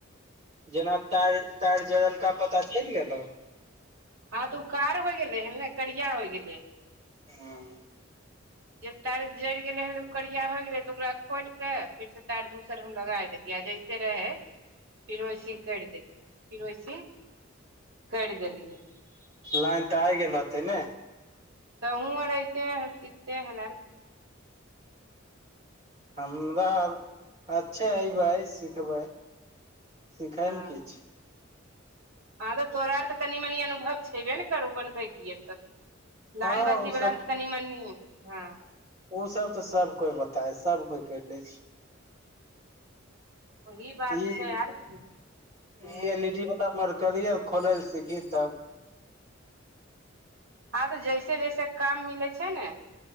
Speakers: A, on the right; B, on the right.
A: जेना तार तार जरलका पता चलि गेलौ
B: हँ तऽ उ कार हो गेलै हन ने करिया हो गेलै हन
A: हँ
B: जे तार जरि गेलै हन उकररिया होय गेलै तऽ ओकरा खोलि के फेर से तार दूसर हम लगा देलियै जैसे के रहै
A: <inaudible>
B: फिर वैसी करि देलियै फिर वैसी करि देलियै
A: लाइन तऽ आइ गेल होतै नाय
B: तऽ हूँ आरयते सीते हलर
A: हमरा ब अच्छे अयबै सिखबै सिखैमे
B: हँ
A: किछै
B: हँ रौ तोरा आर के तऽ तनि मनि अनुभव छयबे ने करू बनबै की ए सब लैन
A: हँ
B: बत्ती
A: उ
B: बला ने तऽ तनि मनी हँ
A: ओ सब तऽ सब कोइ बताय सब कोइ कैर लै छी
B: वही बात
A: ई ई
B: छै आर की हँ
A: एल ई डी वाला मरकिय खोलै लए सीखी तब
B: हँ तऽ जैसे जैसे काम मिलै छै ने